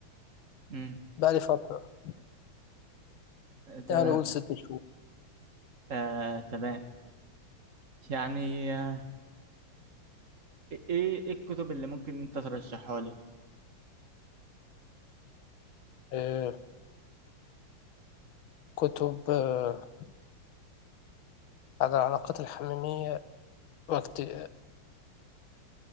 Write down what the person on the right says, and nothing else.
امم
تمام
آه تمام يعني آه، ايه ايه الكتب اللي ممكن انت ترشحها لي